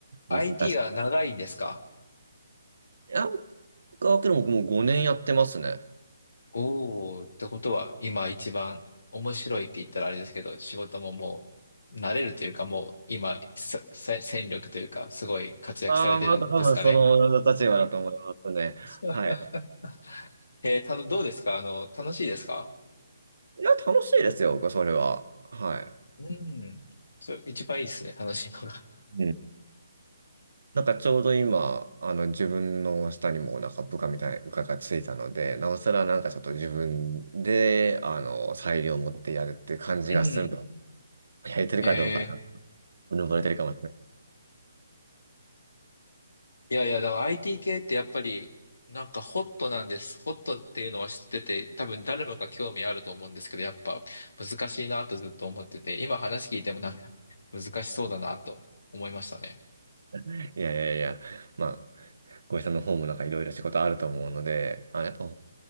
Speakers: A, on the left (about 70°); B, on the right (about 70°).
A: IT
B: 難しい。
A: は長いんですか
B: いや、僕はもう5年やってますね。
A: おーってことは、今一番面白いって言ったらあれですけど、仕事ももう慣れるというか、もう今、ささ戦力というか、すごい活躍されてるんですかね。
B: ああ、まあ多分その立場だと思いますね。
A: <laughs>
B: はい。
A: えー、たの、どうですかあの、楽しいですか
B: いや、楽しいですよ、僕はそれは。はい。
A: うん。そ、一番いいですね、楽しいのが。
B: うんなんかちょうど今、あの自分の下にもなんか部下みたい、な部下がついたので、なおさらなんかちょっと自分で、あの、裁量を持ってやるって感じがするの。
A: うん。
B: <laughs> やれてるかどうかな、
A: えー
B: うぬぼれてるかもしれない。
A: いやいや、だから IT 系ってやっぱり、なんかホットなんです。ホットっていうのは知ってて、多分誰もが興味あると思うんですけど、やっぱ難しいなとずっと思ってて、今話聞いてもなんか <laughs> 難しそうだなと思いましたね。
B: <laughs> いやいやいや、まあ、ごさんの方もなんかいろいろ仕事あると思うので、あの、やっぱ、こ